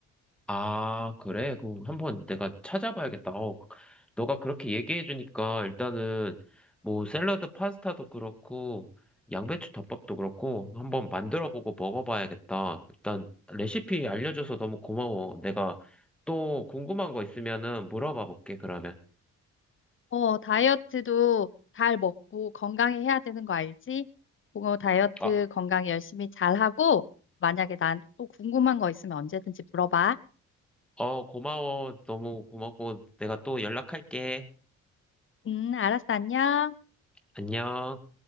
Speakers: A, in the centre; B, on the left.
A: 아, 그래? 그럼 한번 내가 찾아봐야겠다. 어, 너가 그렇게 얘기해주니까 일단은 뭐 샐러드 파스타도 그렇고, 양배추 덮밥도 그렇고, 한번 만들어보고 먹어봐야겠다. 일단 레시피 알려줘서 너무 고마워. 내가 또 궁금한 거 있으면은 물어봐 볼게, 그러면.
B: 어, 다이어트도 잘 먹고 건강히 해야 되는 거 알지? 그거 다이어트
A: 어,
B: 건강 열심히 잘하고, 만약에 나한테 또 궁금한 거 있으면 언제든지 물어봐.
A: 어, 고마워. 너무 고맙고, 내가 또 연락할게.
B: 음, 알았어, 안녕.
A: 안녕.